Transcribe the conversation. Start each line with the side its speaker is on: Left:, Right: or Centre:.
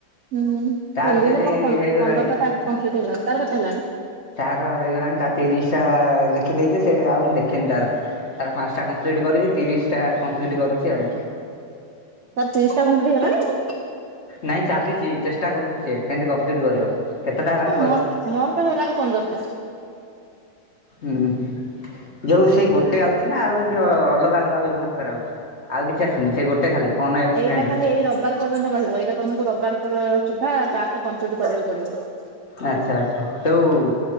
Right: ହୁଁ ତିନି
Left: ତାର କେମିତି
Right: ଦିନେ ମୋର
Left: ହେଇଗଲାଣି।
Right: ପନ୍ଦରଟା ଟାସ୍କ କପ୍ଲିଟି ହେଇଗଲାଣି ତାର କେତେ ହେଲାଣି?
Left: ତାର ହେଇଗଲାଣି ତା ତିରିଶ ଟା ଲେଖିଦେଇଚି ସେ ଆଉ ମୁଁ ଦେଖୀନି ତାର। ତାର ପାସଂଟା କମ୍ପ୍ଲିଟ୍ କରିକି ତିରିଶଟା କମ୍ପ୍ଲିଟ୍ କରୁଚି ଆଉ।
Right: ତାର ତିରିଶୀ ଟା କମ୍ପଲିଟ୍ ହେଲାଣି।
Left: ନାଇଁ ଚାଲିଚି ଚେଷ୍ଟା କରୁଚି ସିଏ କେମିତି କମ୍ପ୍ଲିଟ କରିବ। କେତେଟା ହେଲାଣି
Right: ହଁ ମୋର ମୋର ତ ହେଇ ଗଲାଣି ପନ୍ଦରଟା।
Left: ଉଁ ହୁଁ। ଯୋଉ ସେଇ ଗୋଟେ ଆଉଚି ନା ଆଉ ଏମିତି ଅଲଗା ଅଲଗା ବିଭିନ୍ନ ପ୍ରକାର ଆଉଚି ଆଉ କିଛି ଆସିନି ସେ ଗୋଟେ ଖାଲି ଫୋନ୍ ଏ
Right: ଏଇଟା
Left: ଫ୍ରେଣ୍ଡ୍।
Right: ଖାଲି ଏଇ ରବ <unintelligible> ଏଇଟା ତମକୁ ରବିବାର ସୁଧା ଟାସ୍କ କପ୍ଲିଟ କରିବାକୁ ପଡିବ
Left: ଆଚ୍ଛା ଆଛା ଯୋଉ